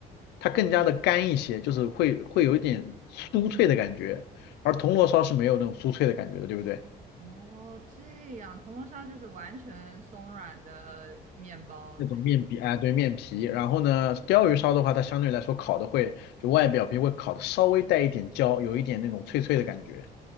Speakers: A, on the left; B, on the right.
A: 它更加的干一些，就是会会有一点酥脆的感觉，而铜锣烧是没有那种酥脆的感觉的，对不对？
B: 哦，这样，铜锣烧就是完全松软的面包，
A: 那种面皮，哎，对，面皮。然后呢，鲷鱼烧的话，它相对来说烤的会，就外表皮会烤的稍微带一点焦，有一点那种脆脆的感觉。